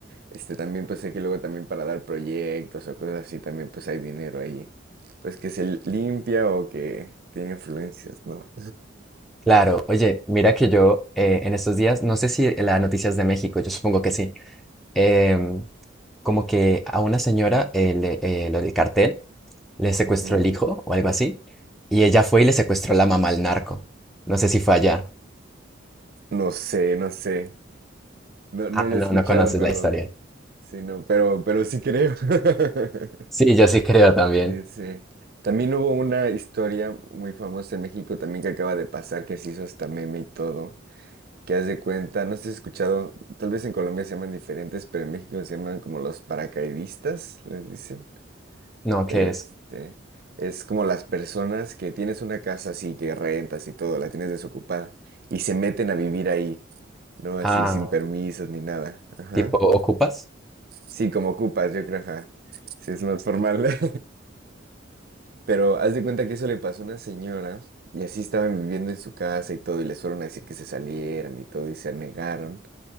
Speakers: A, on the right; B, in the centre.
A: Este también pues sé que luego también para dar proyectos o cosas así también pues hay dinero ahí. Pues que se limpia o que tiene influencias, ¿no?
B: Claro, oye, mira que yo eh, en estos días, no sé si la noticias de México, yo supongo que sí. em, como que a una señora, eh, le- eh, lo del cartel, le
A: <laughs>
B: secuestró
A: Ujú.
B: el hijo o algo así, y ella fue y le secuestró la mamá al narco. No sé si fue allá.
A: No sé, no sé. No, no
B: Ah,
A: lo
B: no,
A: he escuchado,
B: no conoces
A: pero
B: la historia.
A: sí, no, pero, pero sí creo. <laughs>
B: Sí, yo sí creo también.
A: Sí, sí. También hubo una historia muy famosa en México también que acaba de pasar, que se hizo hasta meme y todo. Que haz de cuenta, no sé si has escuchado, tal vez en Colombia se llaman diferentes, pero en México se llaman como los paracaidistas, les dicen.
B: No,
A: Este,
B: ¿qué es?
A: es como las personas que tienes una casa así, que rentas y todo, la tienes desocupada, y se meten a vivir ahí, ¿no? Así
B: Ah,
A: sin permisos ni nada. Ajá.
B: tipo, ¿ocupas?
A: Sí, como ocupas, yo creo, ajá. Sí, es más formal. <laughs> Pero haz de cuenta que eso le pasó a una señora y así estaban viviendo en su casa y todo y les fueron a decir que se salieran y todo y se negaron.